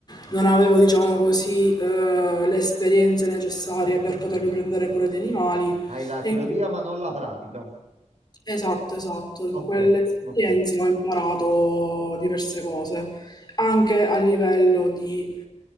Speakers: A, on the left; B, on the right.
A: non avevo, diciamo così, eh, le esperienze necessarie per potermi prendere cura di animali.
B: Hai la teoria
A: E
B: ma non la pratica.
A: Esatto, esatto, in
B: Ok,
A: quell'esperienza
B: ok.
A: ho imparato diverse cose, anche a livello di,